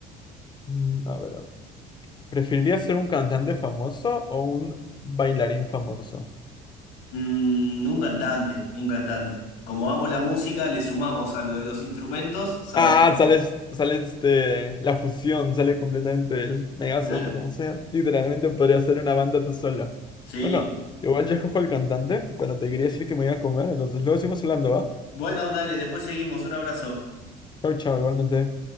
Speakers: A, on the left; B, on the left.
A: Mm, A ver, a ver. ¿Preferirías ser un cantante famoso o un bailarín famoso?
B: Mm, un cantante, un cantante. Como amo la música, le sumamos a lo de los instrumentos, saber.
A: Ah, sales, sale este, la fusión, sale completamente el Megazord,
B: Claro,
A: como sea. Literalmente podría ser una banda tú solo.
B: sí.
A: Bueno, igual ya escojo el cantante, pero te quería decir que me iba a comer, entonces luego seguimos hablando, ¿va?
B: Bueno, dale, después seguimos, un abrazo.
A: Chao, chao, igualmente.